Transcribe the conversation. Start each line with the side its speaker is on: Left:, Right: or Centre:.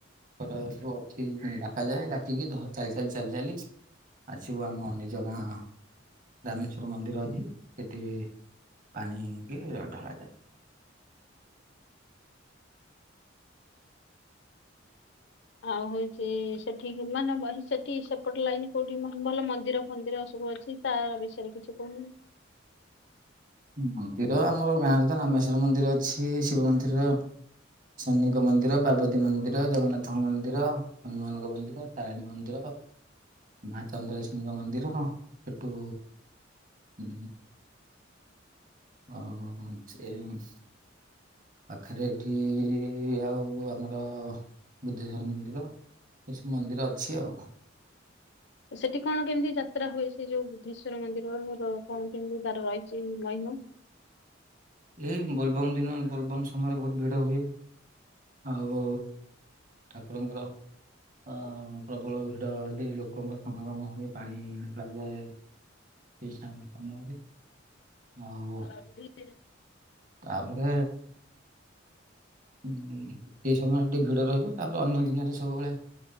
Right: ଅଛି ଡାକା ଯାଏ ଡାକିକି ଚାଲି ଚାଲି ଚାଲି ଚାଲି ଆସିବୁ ଆମ ନିଜ ଗାଁ ରାମେଶ୍ୱର ମନ୍ଦିର ଅଛି ସେଠି ପାଣିିକି ଢଳାଯାଏ।
Left: ଆଉ ହଉଚି ସେଠି ମାନେ ସେଠି ସେପଟ ଲାଇନ୍ କୋଉଠି ଭଲ ମନ୍ଦିର ମନ୍ଦିର ସବୁ ଅଛି ତାର ବିଷୟରେ କିଛି କହୁନ?
Right: ମନ୍ଦିର ଆମର ଗାଁରେତ ରାମେଶ୍ଵର ମନ୍ଦିର ଅଛି ଶିବ ମନ୍ଦିର ଶନିଙ୍କ ମନ୍ଦି ମନ୍ଦିର ପାର୍ବତୀ ମନ୍ଦିର ଜଗନ୍ନାଥଙ୍କ ମନ୍ଦିର ହନୁମାନଙ୍କ ମନ୍ଦିର ତାରିଣୀ ମନ୍ଦିର। ମା ଚନ୍ଦ୍ରଲକ୍ଷ୍ମୀଙ୍କ ମନ୍ଦିର ସେଠୁ ଉ <unintelligible> ପାଖରେ ଏଠି ଆଉ ଆମର ବୁଦ୍ଧେଶ୍ଵର ମନ୍ଦିର। ଏସବୁ ମନ୍ଦିର ଅଛି ଆଉ।
Left: ସେଠି କଣ କେମିତି ଯାତ୍ରା ହୁଏ ସେଇ ଯୋଉ ବୁଦ୍ଧେଶ୍ଵର ମନ୍ଦିରର କଣ କେମିତି ତାର ରହିଚି ମହିମା?
Right: ଏଇ ବୋଲବମ୍ ଦିନ ବୋଲବମ୍ ସମୟରେ ବହୁତ୍ ଭିଡ଼ ହୁଏ। ଆଉ ଠାକୁରଙ୍କର ଅ ପ୍ରବଳ ଭିଡ଼ି ହେଟି ଲୋକଙ୍କ ସମାଗମ ହୁଏ ପାଣି ଡ଼ଳାଯାଏ <unintelligible> ଆଉ
Left: <unintelligible>
Right: ତାପରେ ହୁଁ ସେଇ ସମୟରେ ଟିକେ ଭିଡ଼ ରହିବ ତାପରେ ଅନ୍ୟ ଦିନରେ ସବୁବେଳେ